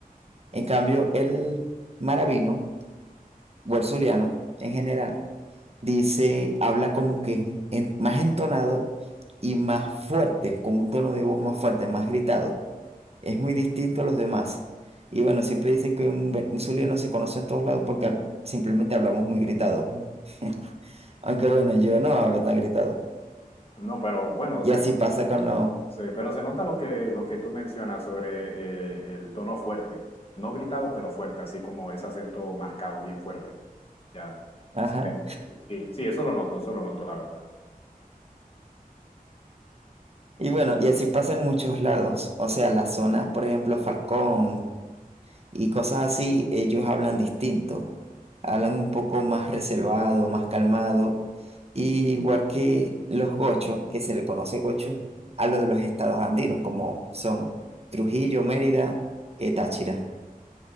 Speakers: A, on the right; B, on the left.
A: En cambio, el maravino o el zuliano en general dice, habla como que es un- en- más entonado y más fuerte, con un tono de voz más fuerte, más gritado. Es muy distinto a los demás. Y bueno, siempre dicen que un, ve- un zuliano se conoce en todos lados porque hab- simplemente hablamos muy gritado. <laughs> Aunque bueno, yo no hablo tan gritado.
B: No, pero bueno,
A: Y
B: se,
A: así pasa con los...
B: Sí, pero se nota lo que, lo que tú mencionas sobre eh, el tono fuerte. No gritado, pero fuerte, así como ese acento marcado, bien fuerte. Ya.
A: Ajá.
B: se le- Sí, sí, eso lo noto, eso lo noto, la verdad.
A: Y bueno, y así pasa en muchos lados. O sea, las zonas, por ejemplo, Falcón. y cosas así, ellos hablan distinto, hablan un poco más reservado, más calmado, y igual que los gochos, que se le conoce gocho, hablo de los estados andinos, como son Trujillo, Mérida, eh, Táchira.